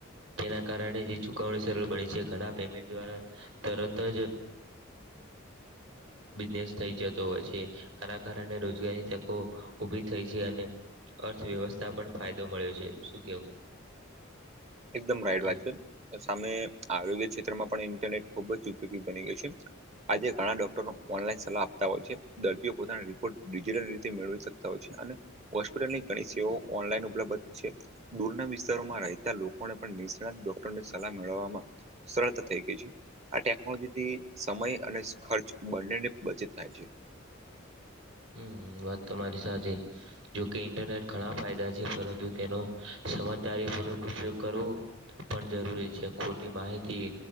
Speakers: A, on the right; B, on the right.
A: તેના કારણે ચુકવણીરૂર બની છે. ઘણા પેમેન્ટ દ્વારા તરત જ ને થઈ જતો હોય છે. આના કારણે રોજગારી તકો ઉભી થઈ છે. અને અર્થવ્યવસ્થા પણ ફાયદો મળ્યો છે. શું કેવું?
B: એકદમ રાઈટ
A: હા
B: વાત છે. સામે આરોગ્ય ક્ષેત્રમાં પણ ઇન્ટરનેટ ખૂબ જ ઉપયોગી બની ગઈ છે. આજે ઘણા ડોક્ટરો ઓનલાન સલાહ આપતા હોય છે. દર્દીઓ પોતાના રિપોર્ટ ડિજિટલ રીતે મેળવી શક તા હોય છે. અને હોસ્પિટલની ઘણી સેવાઓ ઓનલાઈન ઉપલબ્ધ છે. દૂરના વિસ્તારોમાં રહેતા લોકોને પણ નિષ્ણાત ડોક્ટરોની સલાહ મેળવવામાં સરળતા થઇ ગઈ છે. આ ટેકનોલોજી થી સમય અને ખર્ચ બંનેની બચત થાય છે.
A: હમ વાત તમારી સાચી. જોકે ઇન્ટરનેટ ઘણા ફાયદા છે પરંતુ તેનો સમજદારીપૂર્વક ઉપયોગ કરવો. પણ જરૂરી છે. ખોટી માહિતી